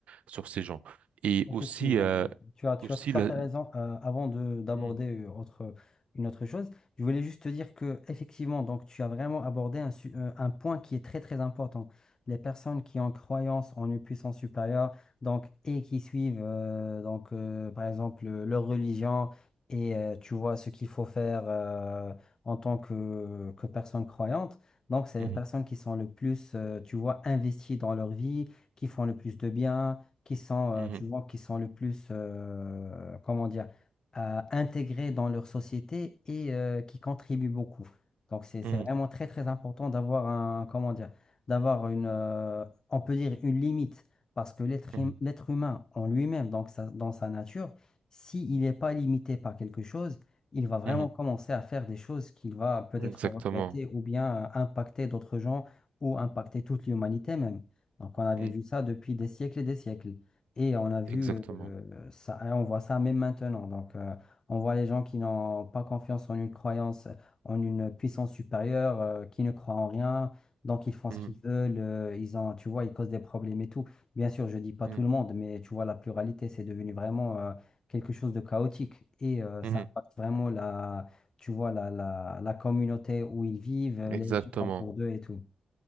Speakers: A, on the right; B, on the left.
A: sur ces gens. Et
B: Effectivement,
A: aussi, euh,
B: tu as, tu
A: aussi
B: as tout
A: la...
B: à fait raison. Euh, avant de d'aborder
A: Mhm.
B: euh, autre, une autre chose, je voulais juste te dire que effectivement, donc tu as vraiment abordé un, su- euh, un point qui est très très important. Les personnes qui ont croyance en une puissance supérieure, donc et qui suivent euh, donc euh, par exemple euh, leur religion et euh, tu vois ce qu'il faut faire euh, en tant que que personne croyante. Donc c'est
A: Mhm.
B: les personnes qui sont le plus, euh, tu vois, investies dans leur vie, qui font le plus de bien qui sont, euh,
A: Mhm,
B: tu vois, qui sont le plus, euh, comment dire, euh, intégrés dans leur société et euh, qui contribuent beaucoup. Donc, c'est, c'est
A: mhm,
B: vraiment très, très important d'avoir un, comment dire, d'avoir une, euh, on peut dire une limite, parce que l'être
A: mhm,
B: hum- l'être humain en lui-même, donc sa- dans sa nature, s'il n'est pas limité par quelque chose, il va vraiment
A: mhm.
B: commencer à faire des choses qu'il va peut-être
A: Exactement.
B: regretter ou bien euh, impacter d'autres gens ou impacter toute l'humanité même. Donc, on avait
A: Mm,
B: vu ça depuis des siècles et des siècles. Et on a vu
A: Exactement.
B: euh, ça, et on voit ça même maintenant. Donc, euh, on voit les gens qui n'ont pas confiance en une croyance, en une puissance supérieure, euh, qui ne croient en rien. Donc, ils font
A: Mhm,
B: ce qu'ils veulent. euh, ils ont, tu vois, ils causent des problèmes et tout. Bien sûr, je dis pas
A: mhm,
B: tout le monde, mais tu vois, la pluralité, c'est devenu vraiment euh, quelque chose de chaotique. Et euh, ça
A: mhm.
B: impacte vraiment la, tu vois, la, la, la communauté où ils vivent,
A: Exactement.
B: les gens autour d'eux et tout.